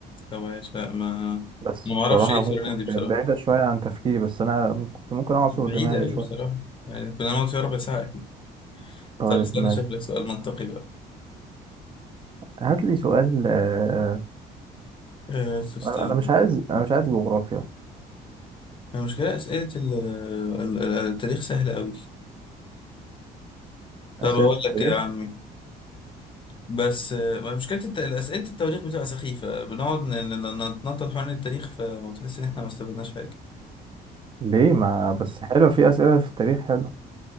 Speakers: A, on the left; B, on the right.
A: طب ايش لا ما أنا
B: بس
A: ما
B: بصراحة
A: اعرفش ايه سورينام
B: ممكن
A: دي
B: كانت
A: بصراحة
B: بعيدة شوية عن تفكيري بس انا كنت ممكن اعصر
A: بعيدة
B: دماغي
A: قوي
B: شوية
A: بصراحة يعني كنا نقعد فيها ربع ساعة أكيد
B: طيب
A: طب استنى
B: ماشي
A: أشوف لك سؤال منطقي بقى
B: هات لي سؤال آه،
A: أه تستاهل
B: انا أنا مش عايز انا مش عايز جغرافيا
A: المشكلة أسئلة ال- ال- ال- التاريخ سهلة قوي طب
B: اسئله
A: أقول
B: التاريخ
A: لك يا عمي بس آه، ما مشكلة الت- أسئلة التواريخ بتبقى سخيفة بنقعد ن- ن- نتنطط حوالين التاريخ فما بتحس إن إحنا ما استفدناش حاجة
B: ليه ما بس حلو في اسئله في التاريخ حلو